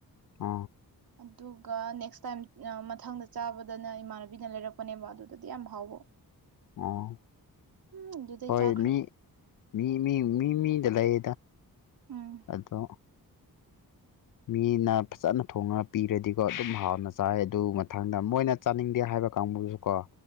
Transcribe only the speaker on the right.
ꯑꯗꯨꯒ ꯅꯦꯛꯁ ꯇꯥꯏꯝ ꯃꯊꯪꯗ ꯆꯥꯕꯗꯅ ꯏꯃꯥꯟꯅꯕꯤꯅ ꯂꯩꯔꯛꯄꯅꯦꯕ ꯑꯗꯨꯗꯗꯤ ꯌꯥꯝ ꯍꯥꯎꯕ
ꯎꯝ ꯑꯗꯨꯗꯩ
ꯆꯥꯈ꯭ꯔꯦ
ꯎꯝ